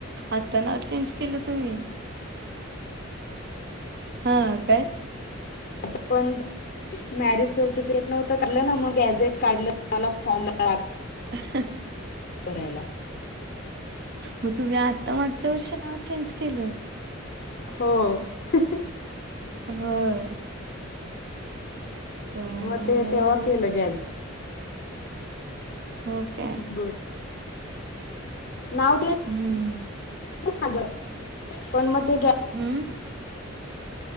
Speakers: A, on the right; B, on the left.
A: आत्ता नाव चेंज केलं तुम्ही हा काय,
B: आता पण मॅरिज सर्टिफिकेट नव्हत काढलं ना, मग गॅझेट काढलं. मला फॉर्म ला लाग
A: अ <inaudible>
B: भरायला.
A: म तुम्ही आत्ता मागच्या वर्षी नाव चेंज केलं.
B: हो. <inaudible>
A: होय. काय
B: म तेव्हा केलं ग्याज
A: हो काय?
B: बर नाव ते
A: हुं.
B: माझ पण मग ते
A: हुं.